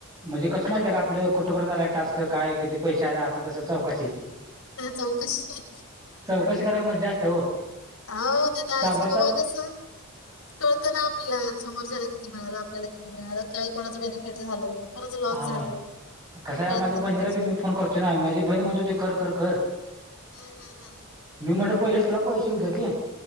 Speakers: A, on the right; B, on the left.
A: म्हणजे कसं माहिय
B: बरोबर.
A: का आपलं कुठंपर्यंतला टास्क काय किती पैसे आ अस तसं चौकशी
B: चौकशी
A: चौकशी करायला मज्जा असते हो
B: हो त्या तर आहेयस
A: सांबार
B: <unintelligible>
A: चौक
B: कस कळतं ना आपल्याला समोरच्याला किती मिळालं आपल्याला किती मिळालं काय कोणाचं बेनिफिट झालं. कोणाचं लॉस
A: हा
B: झालं
A: कसं आहे
B: कळतं
A: माझ्या
B: ना
A: बहिणीला
B: त्याच्यामध्ये.
A: बी मी फोन करतो ना माझी बहीण म्हणतो तू कर - कर -कर.
B: हम्म - हम्म - हम्म.
A: मी म्हटलं पहिले तुला पैसे येऊदे की.